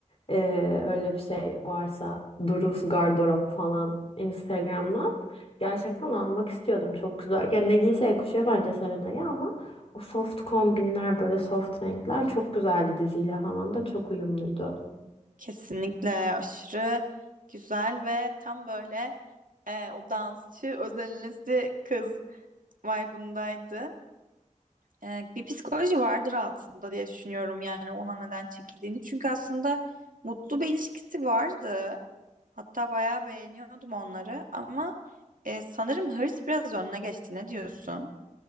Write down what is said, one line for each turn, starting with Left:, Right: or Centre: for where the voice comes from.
Left: eee, öyle bir şey varsa Duru's gardırop falan Instagram'dan. Gerçekten almak istiyordum. Çok güzel. Yani ne giyse yakışıyor bence Serena'ya ama o soft kombinler böyle soft renkler çok güzeldi diziyle falan da çok uyumluydu.
Right: kesinlikle aşırı güzel ve tam böyle e, o dansçı özenlisi kız vibe'ındaydı. e, bir psikoloji vardır altında diye düşünüyorum yani ona neden çekildiğini. Çünkü aslında mutlu bir ilişkisi vardı. Hatta bayağı beğeniyordum onları ama e, sanırım hırs biraz önüne geçti. Ne diyorsun?